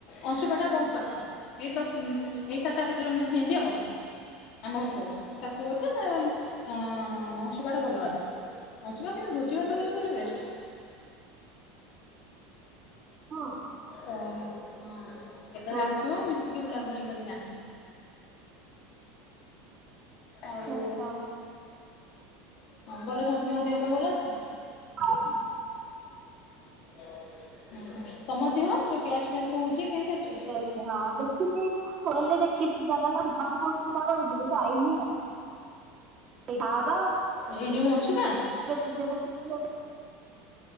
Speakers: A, on the left; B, on the right.
A: ଅଂଶୁପା ଟା ବହୁତ ପାଖ। ଏଇ ଦଶ ଉଁ, ଏଇ ସାତ ଆଠ କିଲୋମିଟର ହେନ୍ତି ଆଉ। ଆମଠୁ ଶାଶୁଘରୁ ଏ, ମ-ଅଁ, ଅଂଶୁପା ଟା ଭଲ ବାଟ। ଅଂଶୁପା କିନ୍ତୁ ଭୋଜିଭାତ କରିବାକୁ ପୁରା ବେଷ୍ଟ।
B: ହଁ।
A: ଅଁ, ହଁ କେତେବେଳେ
B: ବହୁତ
A: ଆସିବ ମିଶିକି ବୁଲାବୁଲି କରିବା। ଆଉ
B: ଆଚ୍ଛା।
A: ହଁ ଘରେ ସମସ୍ତିଙ୍କ ଦେହ ପା ଭଲ ଅଛି?
B: ହଁ
A: ହଁ, ହଁ, ତୋମ ଦିହ ଯୋଉ ଗ୍ୟାସ ଫ୍ୟାସ୍ ହଉଛି କେମତି ଅଛି?
B: ଏ ହଁ ଦେଖିଚି। ମୋବାଇଲ୍ ରେ ଦେଖିଚଛି ଜାଗା ଟା ଯିବାକୁ ବହୁତ ଇଚ୍ଛା କରୁଛି। ଯାଇନି <inaudible> ହଁ ବା।
A: ଏଇ ଯୋଉ ଅଂଶୁପା?
B: <inaudible>